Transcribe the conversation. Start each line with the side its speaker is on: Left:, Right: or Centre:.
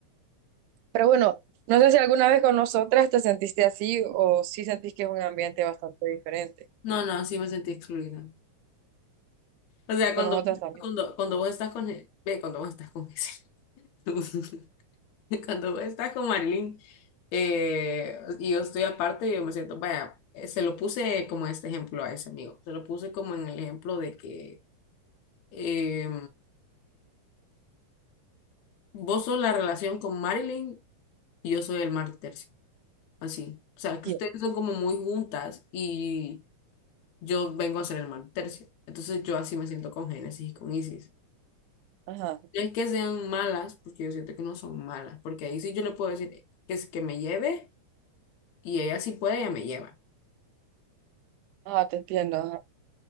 Right: Pero bueno, no sé si alguna vez con nosotras te sentiste así o si sentís que es un ambiente bastante diferente.
Left: No, no, sí me sentí excluida. O sea,
Right: Con
Left: cuando,
Right: nosotras también.
Left: cuando, cuando vos estás con, e- ve, cuando vos estás con ese, <laughs> cuando vos estás con Marilyn, eh, y yo estoy aparte, yo me siento, vaya, eh, se lo puse como este ejemplo a ese amigo, se lo puse como en el ejemplo de que eh, vos sos la relación con Marilyn y yo soy el mar tercio, así. O sea, que
Right: Sí.
Left: ustedes son como muy juntas y yo vengo a ser el mar tercio. Entonces yo así me siento con Génesis y con Isis.
Right: Ajá,
Left: No es que sean malas, porque yo siento que no son malas, porque ahí sí yo le puedo decir que es que me lleve y ella sí puede, ella me lleva.
Right: ajá, te entiendo. Ajá.